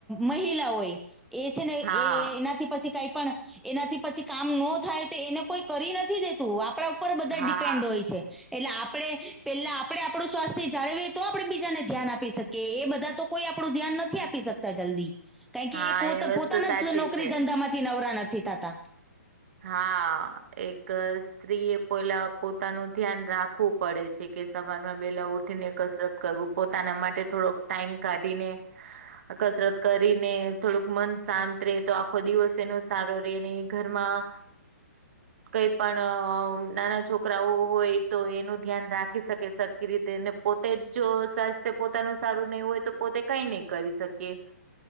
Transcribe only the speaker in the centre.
મહિલા હોય એ છે ને
એ એનાથી પછી કઈ પણ એનાથી પછી કામ નો થાય તો એને કોઈ કરી નથી દેતું આપડા ઉપર બધા
ડિપેન્ડ હોય છે. એટલે આપડે પેલા આપડે આપડું સ્વાસ્થ્ય જાળવીએ તો આપડે બીજાને ધ્યાન આપી શક કે એ બધા તો કોઈ આપડું ધ્યાન નથી આપી શકતા જલ્દી કારણ કે
એ પોત
પોતાના
જ નોકરી
ધંધામાંથી નવરા નથી થતા.
<unintelligible>